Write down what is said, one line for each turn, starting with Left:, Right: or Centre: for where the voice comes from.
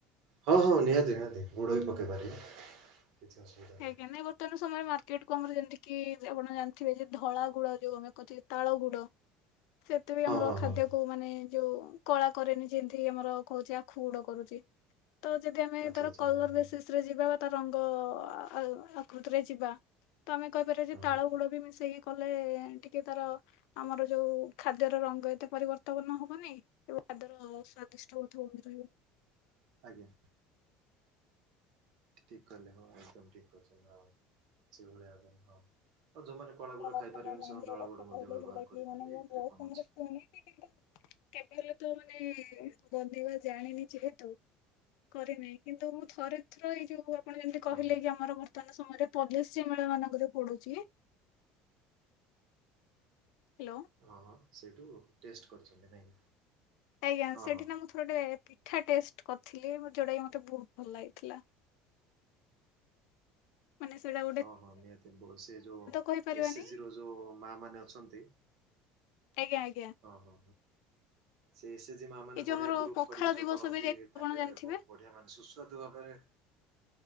Right: ହଁ ହଁ ନିହାତି ନିହାତି ଗୁଡ଼ ବି ପକାଇ ପାରିବେ କିଛି ଅସୁବିଧା। ନାହିଁ
Left: ଆଜ୍ଞା ନାଇଁ ବର୍ତ୍ତମାନ ସମୟରେ ମାର୍କେଟ କୁ ଆମର ଯେମିତି କିି ଆପଣ ଜାଣିଥିବେ ଯେ ଧଳା ଗୁଡ ଯୋଉ ଆମେ। କହନ୍ତି କି ତାଳ ଗୁଡ ସେତୁ ବି
Right: ହଁ
Left: ଆମର
Right: ହଁ
Left: ଖାଦ୍ୟ।
Right: ହଁ
Left: କୁ ମାନେ ଯୋଉ କଳା କରେନି ଯେମିତିକି ଆମର କହୁଛେ ଆଖୁ ଗୁଡ କରୁଛି। ତ ଯଦି ଆମେ
Right: ଆଚ୍ଛା
Left: ତାର
Right: ଆଚ୍ଛା
Left: କଲର
Right: ହଁ ହଁ
Left: ବେସିସ ରେ ଯିବା ବା ତା ରଙ୍ଗ। ଆଉ ଆକୃତିରେ ଯିବା ତ ଆମେ କହିପାରିବା ଯେ
Right: ହଁ
Left: ତାଳ
Right: ହଁ
Left: ଗୁଡ ବି ମିଶେଇକି। କଲେ ଟିକେ ତାର ଆମର ଯୋଉ ଖାଦ୍ୟର ରଙ୍ଗ ଏତେ ପରିବର୍ତ୍ତନ ହବନି। ଏବଂ ଖାଦ୍ୟ ର ସ୍ଵାଦିଷ୍ଟ ମଧ୍ୟ ରହିବ।
Right: ଆଜ୍ଞା। ଠିକ କହିଲେ ହଁ ଏକଦମ୍ ଠିକ୍ କହିଛନ୍ତି ଆପଣ ସେଭଳିଆ ମାନେ ହଁ। ଆଉ ଯୋଉ ମାନେ କଳା
Left: ମାନେ
Right: ଗୁଡ ଖାଇ ପାରିବେନି
Left: ମନ୍ଦିର
Right: ସେମାନେ ଧଳା
Left: କଥା
Right: ଗୁଡ
Left: କହିଲେ
Right: ମଧ୍ୟ ବ୍ୟବହାର
Left: ଯୋଉଟା
Right: କରିପାରିବେ
Left: କି ମାନେ ମୁଁ
Right: ଏଇଥିରେ
Left: ବହୁତ
Right: କଣ
Left: ସମୟରେ
Right: ଅଛି।
Left: ଶୁଣିଛି କିନ୍ତୁ କେବେ ହେଲେ ତ ମାନେ ବନେଇବା ଜାଣିନି ଯେହେତୁ। କରିନି କିନ୍ତୁ ମୁଁ ଥରେ ଥର ଏଇ ଯୋଉ। ଆପଣ ଯେମିତି
Right: ହଁ
Left: କହିଲେ
Right: ହଁ
Left: କି ଆମର ବର୍ତ୍ତମାନ ସମୟରେ ପଲିଶ୍ରି ମେଳା ମାନଙ୍କରେ ଯୋଉ ପଡୁଛି। ହାଲୋ।
Right: ହଁ ହଁ ସେଇଠୁ ଟେଷ୍ଟ କରିଛନ୍ତି ନାଇଁ।
Left: ଆଜ୍ଞା
Right: ହଁ
Left: ସେଠି
Right: ହଁ
Left: ନା ମୁଁ ଥରେ ପିଠା ଟେଷ୍ଟ କରିଥିଲି ଯୋଉଟାକି ମତେ ବହୁତ ଭଲ ଲାଗିଥିଲା। ମାନ ସେଟା
Right: ହଁ ହଁ ନିହାତି ସେ ଯୋଉ
Left: କହିପାରିବାନି
Right: ଏସ ଜି ର ଯୋଉ ମା ମାନେ ଅଛନ୍ତି
Left: ଆଜ୍ଞା ଆଜ୍ଞା।
Right: ଓ ହ ସେ ଏସେ ଜି ମା ମାନେ
Left: ଏଇ ଯୋଉ
Right: ବଢିଆ
Left: ଆମର
Right: ଗ୍ରୁପ
Left: ପଖାଳ
Right: କରିକି ଯୋଉ
Left: ଦିବସ
Right: କରନ୍ତି
Left: ବି ଯାଇଥିବ
Right: ତାଙ୍କେ
Left: ଆପଣ ଜାଣିଥିବେ
Right: ବହୁତ ବଢିଆ। ମାନେ ସୁସ୍ୱାଦୁ ଭାବରେ